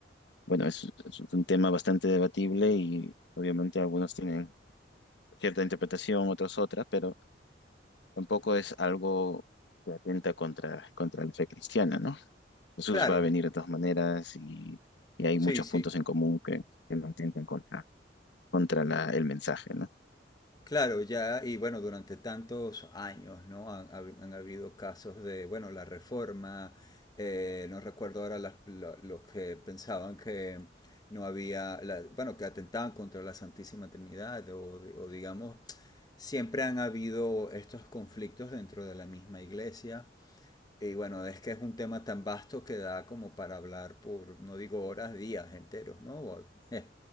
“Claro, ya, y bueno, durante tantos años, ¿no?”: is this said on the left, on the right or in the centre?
Left